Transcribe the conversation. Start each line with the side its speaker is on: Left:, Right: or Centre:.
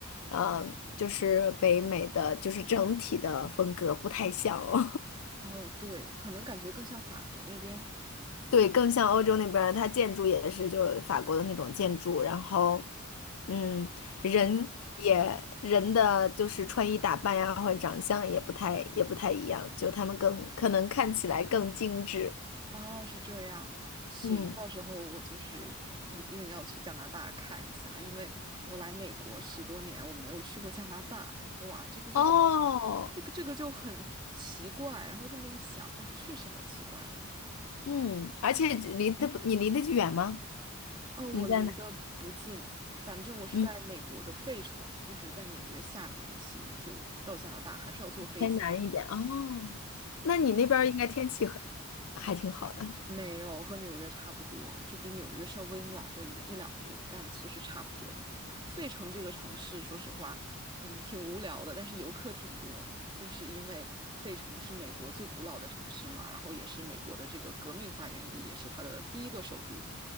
Left: 呃，就是北美的就是整体的风格不太像哦。
Right: 哦，对，可能感觉更像法国那边。
Left: 对，更像欧洲那边儿它建筑也是就是法国的那种建筑，然后，嗯，人也人的就是穿衣打扮呀，
Right: 嗯。
Left: 或者长相也不太也不太一样，就他们更可能看起来更精致。
Right: 哦，是这样，行，
Left: 嗯，
Right: 到时候我就是一一定要去加拿大看一下，因为我来美国十多年，我没有去过加拿大，哇，这个就很，
Left: 哦，
Right: 这个这个就很奇怪，然后这么一想，哦，确实好奇怪哦，
Left: 嗯，而且离得不，你离得远吗？
Right: 哦，我离得不近，
Left: 你在哪？
Right: 反正我是在美国的费城，
Left: 嗯，
Right: 就是在纽约下面一些，就到加拿大还是要坐飞机的。
Left: 偏南一点。哦，那你那边儿应该天气很还挺好的。
Right: 没有，和纽约差不多，就比纽约稍微暖和一个一两度，但其实差不多的。费城这个城市，说实话，嗯，挺无聊的，但是游客挺多，就是因为费城是美国最古老的城市嘛，然后也是美国的这个革命发源地，也是它的第一个首都。